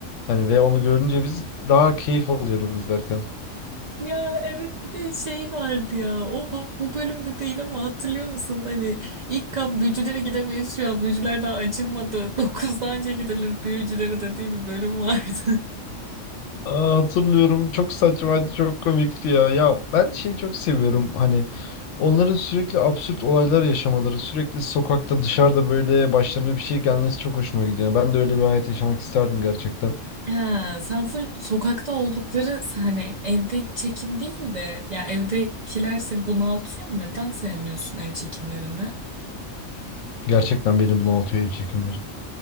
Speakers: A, on the left; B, on the right.
A: hani ve onu görünce biz daha keyif alıyorum izlerken.
B: Ya evet bir de şey vardı ya o bu, bu bölümde değil ama hatırlıyor musun hani ilk kan büyücülere gidemeyiz şu an büyücüler daha açılmadı <laughs> dokuzda anca gidilir büyücülere dediği bir bölüm vardı.
A: Aa, hatırlıyorum. Çok saçmaydı, çok komikti ya. Ya ben şeyi çok seviyorum. Hani onların sürekli absürt olaylar yaşamaları, sürekli sokakta, dışarıda böyle başlarına bir şey gelmesi çok hoşuma gidiyor. Ben de öyle bir hayat yaşamak isterdim gerçekten.
B: Ha, sen full sokakta oldukları hani evde çekim değil de ya evdekiler seni bunaltıyor mu? Neden sevmiyorsun ev çekimlerini?
A: Gerçekten beni bunaltıyor ev çekimleri.